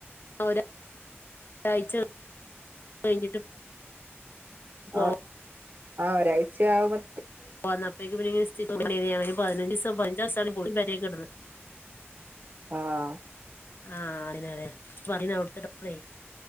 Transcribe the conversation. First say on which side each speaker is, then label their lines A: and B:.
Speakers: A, on the left (about 50°); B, on the right (about 45°).
A: ഓരു രണ്ടാഴ്ച്ച കഴിഞ്ഞിട്ട് പോ
B: ആ ആ ഒരാഴ്ചയാവുമ്പ
A: പോന്നപ്പേക്ക് ഇവരിങ്ങനെ സ്റ്റിച്ച് <unintelligible> <unintelligible> പതിനഞ്ചീസ് <unintelligible> ഒര് പെരേകടന്ന്
B: ആഹ്
A: ആഹ് അതന്നെ അതെ ഇയ്യ് പറയ്ണെ അവിടുത്തെ ഡോക്ട്റെ